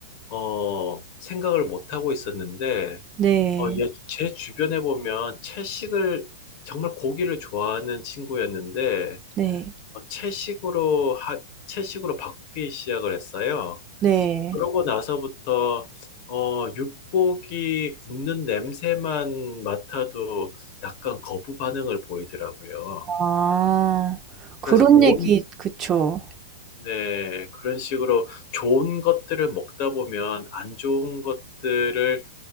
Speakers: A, on the left (about 40°); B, on the right (about 20°).
A: 어, 생각을 못 하고 있었는데
B: 네.
A: 어, 예, 제 주변에 보면 채식을 정말 고기를 좋아하는 친구였는데
B: 네.
A: 어, 채식으로 하, 채식으로 바꾸기 시작을 했어요.
B: 네.
A: 그러고 나서부터 어, 육고기 굽는 냄새만 맡아도 약간 거부 반응을 보이더라고요.
B: 아.
A: 그래서
B: 그런
A: 몸,
B: 얘기 그쵸.
A: 네, 그런 식으로 좋은 것들을 먹다 보면 안 좋은 것들을